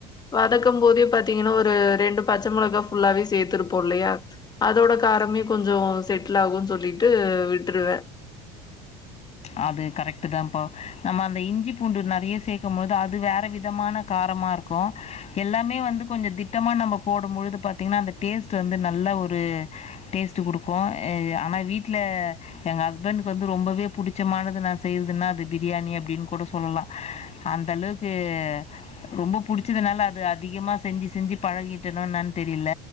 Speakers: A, on the left (about 25°); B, on the left (about 40°).
A: வதக்கும் போதே பார்த்தீங்கன்னா ஒரு ரெண்டு பச்சை மிளகாய் ஃபுல்லாவே சேர்த்துருப்போம் இல்லையா அதோட காரமே கொஞ்சம் கொஞ்சோ செட்லாகும்னு சொல்லிட்டு விட்ருவ
B: அது கரெக்ட் தான்ப்பா நம்ம அந்த இஞ்சி பூண்டு நறைய சேர்க்கும் பொழுது அது வேற விதமான காரமா இருக்கோ எல்லாமே வந்து கொஞ்சோ திட்டமா நம்ம போடும்பழுது பாத்தீங்கன்னா அந்த டேஸ்ட் வந்து நல்ல ஒரு டேஸ்ட் குடுக்கு ஆனா வீட்ல எங்க ஹஸ்பண்டக்கு வந்து ரொம்பவே பிடிச்சமானது நான் செய்றதுன்னா அது பிரியாணி அப்டீன்னு கூட சொல்லலா அந்தளவுக்கு ரொம்போ பிடிச்சதுனால அது அதிகமா செஞ்சி செஞ்சி பழகிட்டனான்னு தெரியுல